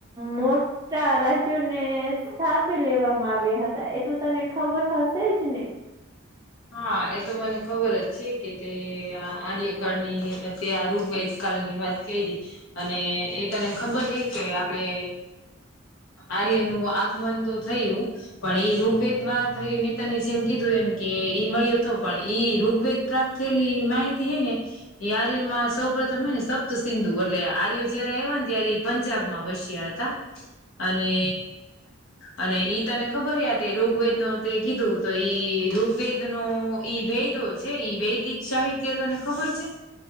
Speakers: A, on the right; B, on the left.
A: મોટ ા રાજ્યોને સ્થાપી લેવામાં આવ્યા હતા એ તો તને ખબર હશે જ ને.
B: હા એ તો મને ખબર જ છે કે તે આર્યકાળની તે આ રોગવાય કાળની વાત કે, અને એ તને ખબર છે કે આપડે આર્ય નું આગમન તો થયું. પણ એ ઋગ્વેદ માં થ મેં તને જેમ કીધું એમ કે એ મળ્યો હતો પણ ઈ ઋગ્વેદ પ્રાપ્ત થયેલી એની માહિતી હે ને. યારમાં સૌ પ્રથમ હ ને સપ્ત સિંધુ એટલે આર્ય જયારે આવ ને ત્યારે પંજાબ માં વસ્યા હતા, અને અને ઈ તને ખબર તે ઋગ્વેદ ન તે કીધું તો ઈ ઋગ્વેદ નો ઈ વેદો છે ઈ વૈદિક સાહિત્ય તને ખબર છે?